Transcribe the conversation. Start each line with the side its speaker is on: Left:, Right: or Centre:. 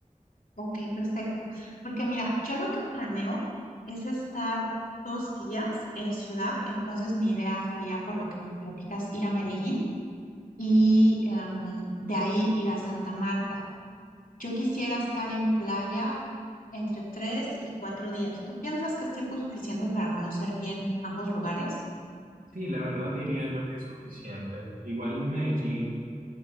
Left: Ok, perfecto. Porque mira, yo lo que planeo es estar dos días en ciudad, entonces mi idea sería, por lo que me platicas, ir a Medellín y em, de ahí ir a Santa Marta. Yo quisiera estar en playa entre tres y cuatro días. ¿Tú piensas que es tiempo suficiente para conocer bien ambos lugares?
Right: Sí, la verdad diría yo que es suficiente. Igual en Medellín.